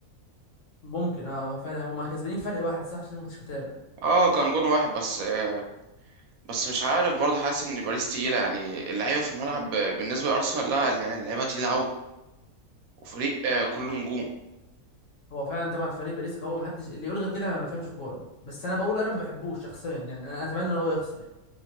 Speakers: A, on the left (about 60°); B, on the right (about 75°).
A: ممكن اه هو فعلا هم كسبانين فرق واحد صح عشان ما كنتش متابع
B: اه كان جون واحد بس آه، بس مش عارف برضه حاسس ان باريس تقيله يعني اللعيبه في الملعب آه، بالنسبه لارسنال لا الع- اللعيبه تقيله قوي وفريق آه، كله نجوم
A: هو فعلا طبعا فريق باريس قوي محدش اللي يقول غير كده ما بيفهمش كوره بس انا بقول انا ما بحبوش شخصيا يعني انا اتمنى ان هو يخسر